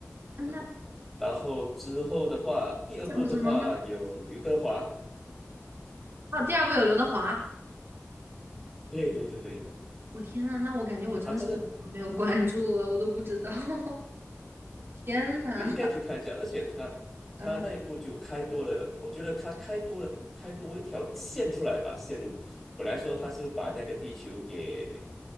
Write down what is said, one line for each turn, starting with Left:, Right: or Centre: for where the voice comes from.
Right: 嗯那
Centre: 那然后之后的话，第二部的话有刘德华，
Right: 是讲什么呢？啊，第二部有刘德华。
Centre: 对对对对，
Right: 我天呐，那我感觉我真的是没有关注了，
Centre: 啊，真的
Right: 我都不知道。<laughs> 天呐，
Centre: 你应该去看一下，而且他他那一步就开多了，
Right: 啊，
Centre: 我觉得他开多了，开多一条线出来吧，线路。本来说他是把那个地球给